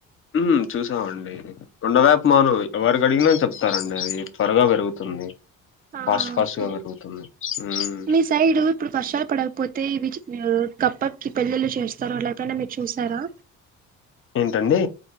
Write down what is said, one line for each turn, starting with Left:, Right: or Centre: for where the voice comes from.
Left: ఉమ్ చూసామండి కొండవేపుమాను ఎవరికి అడిగిన చెప్తారండి అది త్వరగా పెరుగుతుంది
Right: ఆ
Left: ఫాస్ట్ ఫాస్ట్
Right: ఓకే
Left: గా పెరుగుతుంది మ్మ్
Right: మీ సైడ్ ఇప్పుడు వర్షాలు పడకపోతే ఇవి చిన్నవి కప్పక్కి పెళ్ళిళ్ళు చేస్తారు అలాగని మీరు చూసారా
Left: టండి